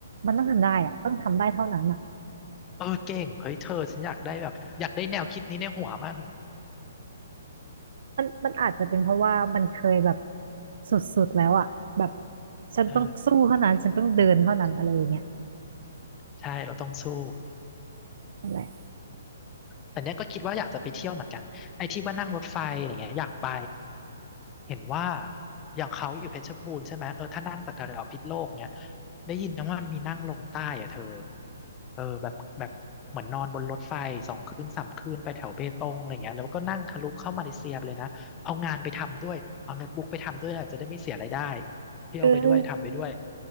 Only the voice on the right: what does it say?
มันต้องทำได้อะต้องทำได้เท่านั้นอะ
มันมันอาจจะเป็นเพราะว่ามันเคยแบบสุดๆแล้วอะแบบฉันต้องสู้เท่านั้นฉันต้องเดินเท่านั้นอะไรอย่างเงี้ย
นั่นแหละ
เออ